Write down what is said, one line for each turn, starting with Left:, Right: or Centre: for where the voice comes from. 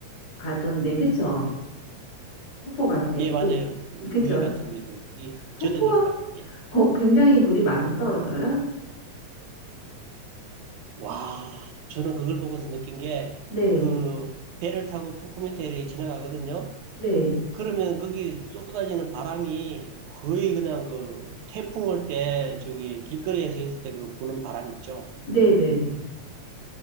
Left: 가던데, 그쵸? 폭포 갈 때.
Right: 예, 맞아요.
Left: 우,
Right: 우- 우유
Left: 그쵸?
Right: 같은 거 입어요. 이
Left: 폭포가
Right: 젖으니까. 예.
Left: 거- 굉장히 물이 많이 떨어져요?
Right: 와, 저는 그걸 보고서 느낀 게,
Left: 네,
Right: 그, 배를 타고 포크미터에 지나가거든요?
Left: 네,
Right: 그러면 거기 쏟아지는 바람이 거의 그냥 그, 태풍 올 때, 저기, 길거리에서 있을 때 그 부는 바람 있죠?
Left: 네, 네, 네.